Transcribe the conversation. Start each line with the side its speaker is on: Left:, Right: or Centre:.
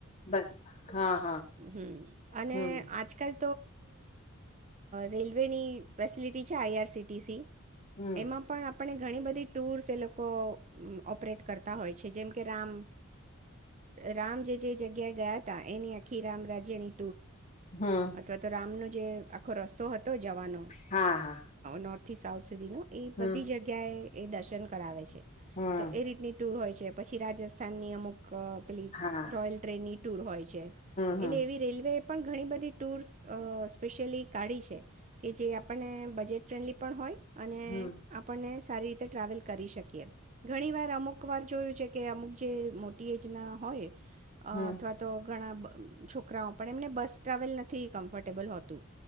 Left: બરાબ હા.
Right: હમ્મ અને
Left: હમ.
Right: આજકાલ રેલવેની ફેસલટી છે, આઈઆરસીસી.
Left: હમ
Right: એમાં પણ આપણે ઘણી બધી, ટૂર્સ એ લોકો ઓપરેટ કરતા હોય છે, જેમ કે રામ રામ જે જગ્યાએ ગયા હતા, એની કી રામ, રાજજેની.
Left: હમ
Right: અથવા, તો રામનો જે આખો, રસ્તો હતો. તો જવાનો
Left: હા હા
Right: નો <unintelligible> સાઉથ સુધીનો, એ
Left: હમ
Right: બધી જગ્યાએ. એ દર્શન કરાવે છે.
Left: હા.
Right: તો, એ રીતની ટુર હોય છે. પછી, રાજસ્થાનની અમુક. પ્લીટ
Left: હમ
Right: રોયલ, ટ્રેનની. દૂર, હોય છે.
Left: હમ
Right: એટલે, એવી રેલવે પણ ઘણી બધી ટુર્સ સ્પેશિયલી કાઢી છે કે જે, આપણને બજેટ ફ્રેન્ડલી, પણ હોય. અને,
Left: હમ
Right: આપણને. સારી રીતે ટ્રાવેલ, કરી શકીએ. ઘણી વાર, અમુક વાર જોયું. છે, કે અમુક જે, મોટી એજના હોય.
Left: હમ
Right: અ અથવા, તો ઘણા, બ છોકરાઓ, પણ એમને બસ ટ્રાવેલ નથી, કમ્ફર્ટેબલ હોતું.